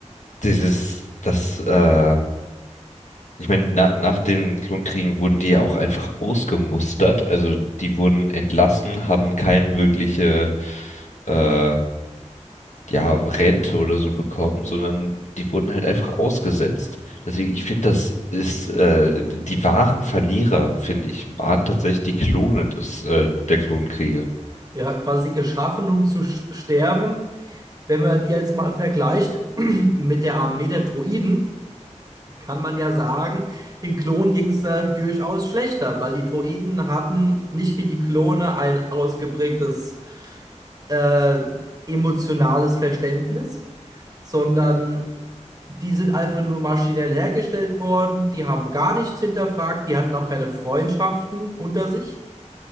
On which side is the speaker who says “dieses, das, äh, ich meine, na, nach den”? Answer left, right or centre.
Left